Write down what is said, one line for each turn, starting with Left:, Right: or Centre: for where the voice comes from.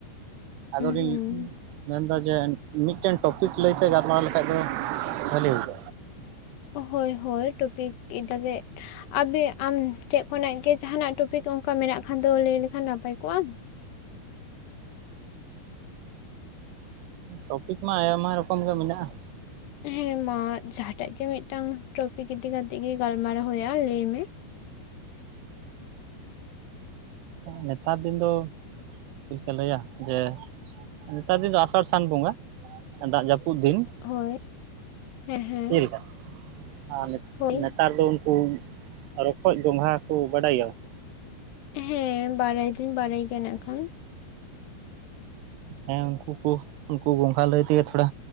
Right: ᱟᱫᱚ ᱞᱤᱧ
Left: ᱦᱩᱸ
Right: ᱢᱮᱱᱫᱟ ᱡᱮ ᱢᱤᱫᱴᱮᱱ ᱴᱚᱯᱤᱠ ᱞᱟᱹᱭᱛᱮ ᱜᱟᱞᱢᱟᱨᱟᱣ ᱞᱮᱠᱷᱟᱡ ᱫᱚ ᱵᱷᱟᱹᱞᱤ ᱦᱩᱭ ᱠᱚᱜ-ᱟ ᱾
Left: ᱦᱳᱭ ᱦᱳᱭ ᱴᱚᱯᱤᱠ ᱛᱟᱞᱮ ᱟᱵᱮ ᱟᱢ ᱴᱷᱮᱡ ᱠᱷᱚᱱᱟᱜ ᱜᱮ ᱡᱟᱦᱟᱱᱟᱜ ᱴᱚᱯᱤᱠ ᱯᱤᱠ ᱚᱱᱠᱟ ᱢᱮᱱᱟᱜ ᱠᱷᱟᱱ ᱫᱚ ᱞᱟᱹᱭ ᱞᱮᱠᱷᱟᱱ ᱱᱟᱯᱟᱭ ᱠᱚᱜᱼᱟ ᱾
Right: ᱴᱚᱯᱤᱠ ᱢᱟ ᱟᱭᱢᱟ ᱨᱚᱠᱚᱢ ᱜᱮ ᱢᱮᱱᱟᱜᱼᱟ ᱾
Left: ᱦᱮᱸ ᱢᱟ ᱡᱟᱦᱟᱴᱟᱜ ᱜᱮ ᱢᱤᱫᱴᱟᱝ ᱴᱚᱯᱤᱠ ᱤᱫᱤ ᱠᱟᱛᱮᱜ ᱜᱮ ᱜᱟᱞᱢᱟᱨᱟᱣ ᱦᱩᱭᱩᱜᱼᱟ ᱞᱟᱹᱭ ᱢᱮ?
Right: ᱱᱮᱛᱟᱨ ᱫᱤᱱ ᱫᱚ ᱪᱮᱫ ᱠᱚ ᱞᱟᱹᱭᱟ ᱡᱮ ᱱᱮᱛᱟᱨ ᱫᱤᱱ ᱫᱚ ᱟᱥᱟᱲ ᱥᱟᱱ ᱵᱚᱸᱜᱟ ᱫᱟᱜ ᱡᱟᱹᱯᱩᱫ ᱫᱤᱱ ᱾
Left: ᱦᱳᱭ ᱦᱮᱸ ᱦᱮᱸ᱾
Right: ᱞᱮᱠᱟ ᱟᱨ
Left: ᱦᱳᱭ
Right: ᱱᱮᱛᱟᱨ ᱫᱚ ᱩᱱᱠᱩ ᱨᱚᱠᱚᱡ ᱜᱚᱝᱜᱷᱟ ᱠᱚ ᱵᱟᱰᱟᱭ ᱜᱮᱭᱟᱢ ᱥᱮ?
Left: ᱦᱮᱸ ᱵᱟᱲᱟᱭ ᱫᱩᱧ ᱵᱟᱲᱟᱭ ᱜᱮᱭᱟ ᱱᱟᱜ ᱠᱷᱟᱱ ᱾
Right: ᱦᱮᱸ ᱩᱱᱠᱩ ᱠᱚ ᱩᱱᱠᱩ ᱜᱚᱝᱜᱷᱟ ᱞᱟᱹᱭ ᱛᱮᱜᱮ ᱛᱷᱚᱲᱟ